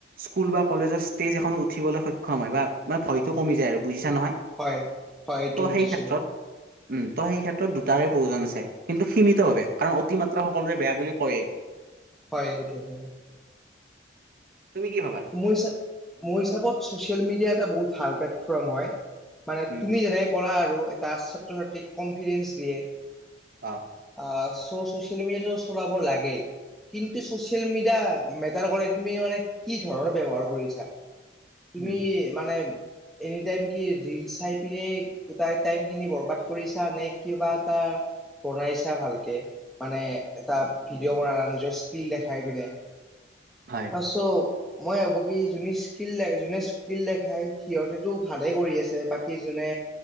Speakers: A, on the right; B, in the centre.
A: স্কুল বা কলেজৰ ষ্টেজ এখনত উঠিবলৈ সক্ষম হয় বা মানে ভয়তো কমি যায় আৰু বুজিছা নহয়।
B: হয় হয় এইটো
A: ত'
B: বুজিছো
A: সেই ক্ষেত্ৰত
B: বাৰু
A: উম ত' সেই ক্ষেত্ৰত দুটাৰে প্ৰয়োজন আছে কিন্তু সীমিতভাৱে কাৰণ অতিমাত্ৰা সকলোৰে বেয়া বুলি কৈয়েই
B: হয় সেইটো হয়
A: তুমি কি ভাবা
B: মোৰ হিচা মোৰ হিচাপত চচিয়েল মিডিয়া এটা বহুত ভাল প্লেটফৰ্ম হয় মানে
A: উম
B: তুমি যেনেকে কৰা আৰু এটা চ কনভিডেঞ্চ দিয়ে
A: অ
B: বাছ চচিয়েল মিডিয়াটো চলাব লাগে কিন্তু চচিয়েল মিডিয়া মেটাৰ কৰে তুমি মানে কি ধৰণৰ ব্যৱহাৰ কৰিছা তুমি
A: উম
B: মানে এনিটাইম কি ৰিল চাই পিনে গোটাই টাইম খিনি বৰবাদ কৰিছা নে কিবা এটা বনাইছা ভালকে মানে এটা ভিডিঅ' বনা নিজৰ স্কিল দেখাই পিনে
A: হয়
B: আছো মই ভাবো কি যোনে স্কিল যোনে স্কিল দেখায় সিহঁতেতো ভালে কৰি আছে বাকী যোনে